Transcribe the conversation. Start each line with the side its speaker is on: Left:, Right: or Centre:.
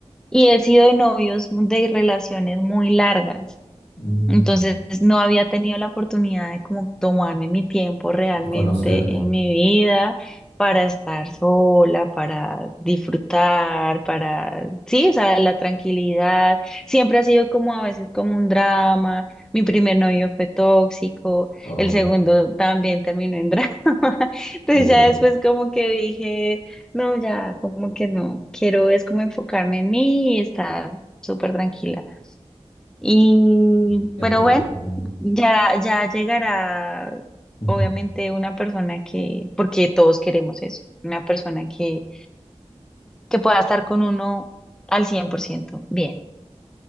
Centre: y he sido de novios de relaciones muy largas.
Left: mm.
Centre: Entonces no había tenido la oportunidad de como tomarme mi tiempo realmente
Left: de conocerte.
Centre: en mi vida para estar sola, para disfrutar, para, sí, o sea, la tranquilidad. Siempre ha sido como a veces como un drama. Mi primer novio fue tóxico,
Left: o
Centre: el segundo también terminó en drama. <laughs> Entonces
Left: o
Centre: ya después como que dije, no, ya, como que no, quiero es como enfocarme en mí y estar súper tranquila. Y,
Left: entiendo
Centre: pero
Left: perfectamente.
Centre: bueno. Ya, ya llegará,
Left: <laughs> Ujú.
Centre: obviamente, una persona que, porque todos queremos eso, una persona que, que pueda estar con uno al 100% Bien,